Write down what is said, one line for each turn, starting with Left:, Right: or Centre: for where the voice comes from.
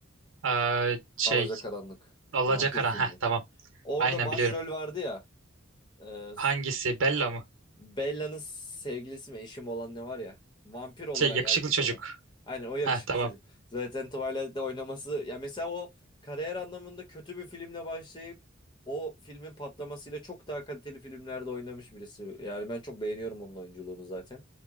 Right: Ee, şey,
Left: Alacakaranlık.
Right: Alacakaran.
Left: Vampir filmi.
Right: Heh, tamam.
Left: Orada
Right: Aynen
Left: başrol
Right: biliyorum.
Left: vardı ya. e,
Right: Hangisi? Bella mı?
Left: Bella'nın sevgilisi mi eşim olan ne var ya. Vampir olarak
Right: Şey, yakışıklı
Left: erkek
Right: çocuk.
Left: olan. Aynen o yakışıklı
Right: Heh, tamam.
Left: çocuk. Zaten Twilight'te oynaması. Ya mesela o kariyer anlamında kötü bir filmle başlayıp o filmin patlamasıyla çok daha kaliteli filmlerde oynamış birisi. Yani ben çok beğeniyorum onun oyunculuğunu zaten.